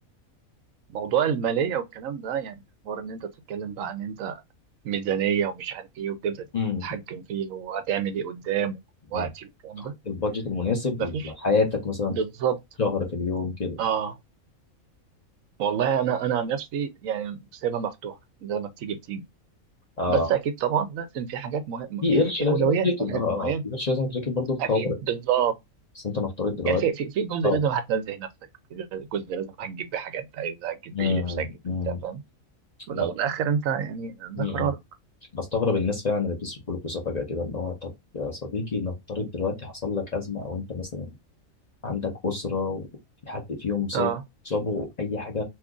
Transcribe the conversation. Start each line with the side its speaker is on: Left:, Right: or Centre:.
Right: موضوع المالية والكلام ده يعني حوار ان انت بتتكلم بقى ان انت ميزانية ومش عارف ايه وبتبدأ
Left: امم
Right: تتحكم فيه وهتعمل ايه قدام ووقتي
Left: مم.
Right: والكلام
Left: تحط
Right: ده
Left: البادجت المناسب
Right: مفيش
Left: لحياتك مثلا
Right: بالظبط
Left: شهر في اليوم كده
Right: اه والله انا انا عن نفسي يعني سايبها مفتوحه زي ما بتيجي بتيجي
Left: اه
Right: بس اكيد طبعا لازم في حاجات مهمه
Left: في
Right: يعني
Left: قرش
Right: في
Left: لازم
Right: اولويات
Left: يتركن
Right: في حاجات
Left: اه اه
Right: معينه
Left: آه. في قرش لازم يتركن برضه في الطوارئ
Right: اكيد بالظبط
Left: بس انت نفترض دلوقتي
Right: يعني في في في جزء
Left: اه
Right: لازم هتنزه نفسك في جزء لازم هتجيب بيه حاجه انت عايزها هتجيب
Left: مم،
Right: بيه لبس هتجيب
Left: مم،
Right: بيه بتاع فاهم والاول
Left: ما-
Right: والاخر انت يعني ده
Left: مم.
Right: قرارك
Left: بستغرب الناس فعلا اللي بتصرف كل فلوسها فجأة كده اللي هو طب يا صديقي نفترض دلوقتي حصل لك أزمة أو أنت مثلا عندك أسرة وفي حد فيهم صاب
Right: اه
Left: صابه أي حاجة